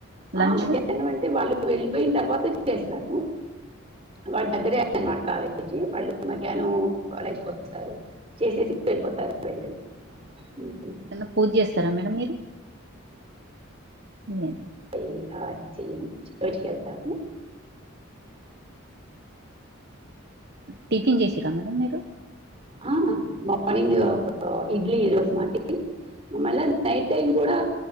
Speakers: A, on the right; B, on the right.
A: లంచ్
B: ఆ మధ్యాహ్నం అంటే వాళ్ళు వెళ్ళిపోయిన తర్వాత చేస్తాను వాళ్ళు దగ్గరే కాలేజీ వాళ్ళు మధ్యాహ్నం కాలేజ్కి పోయి వస్తారు చేసేసి వెళ్ళిపోతారు వెంటనే ఉ
A: ఏన్న పూజ చేస్తారా మేడం మీరు ఏ
B: రోజు చెయ్యము బయటికి వెళ్తాము
A: టిఫిన్ చేసిర్రా మేడం మీరు
B: ఆ మార్నింగ్ ఇడ్లీ రోజు మాది మళ్ళ నైట్ టైమ్ కూడా